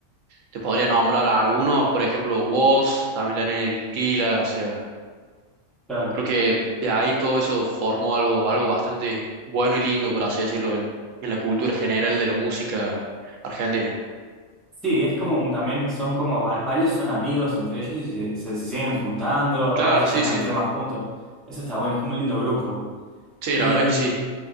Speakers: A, on the right; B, in the centre.
A: Te podría nombrar a algunos, por ejemplo, Woz, también tenés el Inquila, o sea,
B: claro.
A: creo que de ahí todo eso formó algo, algo bastante bueno y lindo, por así decirlo, en, en la cultura general de la música argentina.
B: Sí, es como un- también son como va- varios son amigos entre ellos y se, se- se siguen juntando,
A: Claro,
B: a veces
A: sí,
B: sacan
A: sí,
B: temas juntos. Eso está bueno, es como un lindo grupo.
A: sí,
B: ¿Y
A: la verdad que sí.